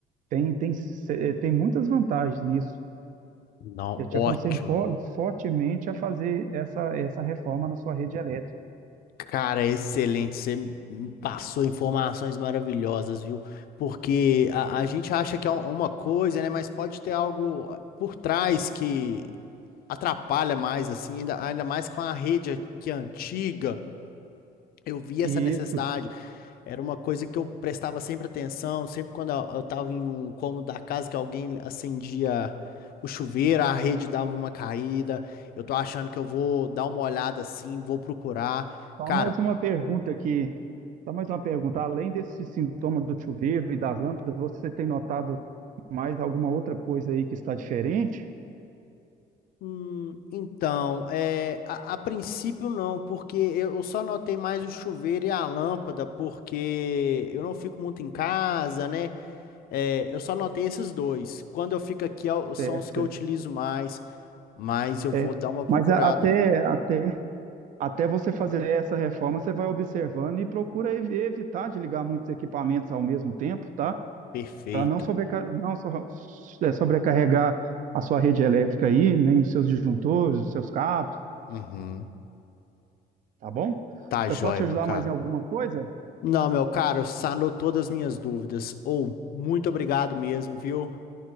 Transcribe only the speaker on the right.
Tem, tem, se- eh, tem muitas vantagens nisso.
Eu te
aconselho fo- fortemente a fazer essa, essa reforma na sua rede elétrica.
Isso.
Só
mais uma pergunta aqui. Só mais uma pergunta. Além desse sintoma do chuveiro e das lâmpadas, você tem notado mais alguma outra coisa aí que está diferente?
Certo,
certo.
É.
Mas a- até, até, até você fazer essa reforma, você vai observando e procura ev- evitar de ligar muitos equipamentos ao mesmo tempo, tá?
para não, sobreca- não so- é, sobrecarregar a sua rede elétrica aí, nem os seus disjuntores, os seus cabos,
tá bom?
Eu
posso te
ajudar
mais em alguma coisa?